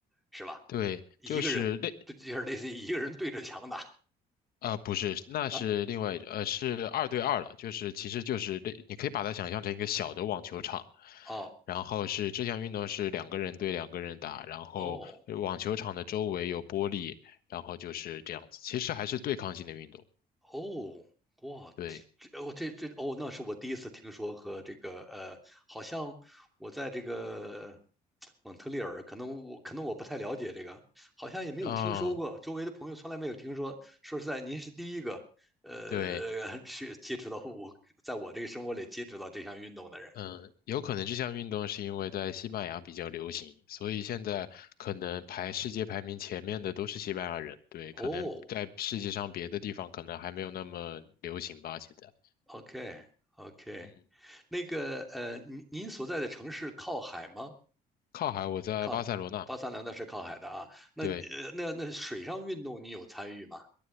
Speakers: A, in the centre; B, on the left (about 65°).
A: 是吧？
B: 对，
A: 一个人对，
B: 就是类。
A: 就是类似于一个人对着墙打
B: 啊，不是，那是另外，
A: 啊？
B: 呃，是二对二了，就是其实就是类你可以把它想象成一个小的网球场，
A: 哦
B: 然后是这项运动是两个人对两个人打，然后呃网球场的周围有玻璃，
A: 哦
B: 然后就是这样子，其实还是对抗性的运动。
A: 哦，哇，
B: 对，
A: 这我这这哦，那是我第一次听说和这个呃，好像我在这个蒙特利尔，可能我可能我不太了解这个，好像也没有听说过，
B: 嗯，
A: 周围的朋友从来没有听说。说实在，您是第一个呃去接触到我，
B: 对，
A: 在我这个生活里接触到这项运动的人。
B: 嗯，有可能这项运动是因为在西班牙比较流行，所以现在可能排世界排名前面的都是西班牙人，对，
A: 哦
B: 可能在世界上别的地方可能还没有那么流行吧，现在。
A: ，OK OK，
B: 嗯，
A: 那个呃，您您所在的城市靠海吗？
B: 靠海，我在巴塞罗那。
A: 靠八三两那是靠海的啊。那呃那那水上运动你有参与吗？
B: 对，